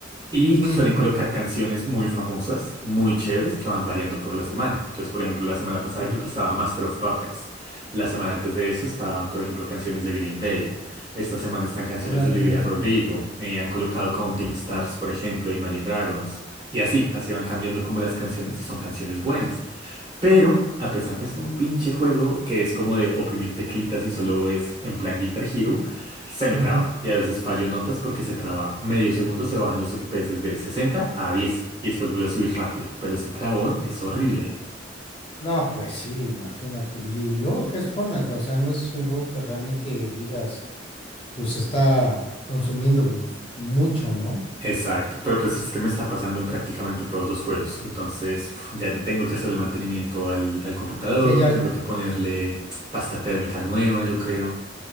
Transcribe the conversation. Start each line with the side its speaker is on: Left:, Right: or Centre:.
Right: Y
Left: Ujujú,
Right: suelen colocar canciones muy famosas, muy chéveres, que van variando por la semana. Entonces, por ejemplo, la semana pasada
Left: ujú.
Right: creo que estaba Master of Puppets. La semana antes de eso estaban, por ejemplo, canciones de Green Day. Esta semana están canciones
Left: Órale.
Right: de Olivia Rodrigo. Eh, han colocado Counting Stars, por ejemplo, Imagine Dragons. Y así, así van cambiando como las canciones y son canciones buenas. Pero, a pesar de ser un pinche juego que es como de oprimir teclitas y solo es en plan Guitar Hero, se me
Left: ujú.
Right: traba. Y a veces fallo notas porque se traba medio segundo, se bajan los FPS de 60 a 10 y después vuelve a subir rápido. Pero ese trabón es horrible.
Left: No, pues sí, imagínate. Y luego, ¿qué es Fortnite? O sea, no es un juego que realmente digas, pues está consumiendo pues, mucho, ¿no?
Right: Exacto, pero pues es que me está pasando en prácticamente todos los juegos. Entonces, uf, ya tengo que hacerle mantenimiento al, al computador,
Left: Sí, ya,
Right: tengo que ponerle pasta térmica nueva, yo creo.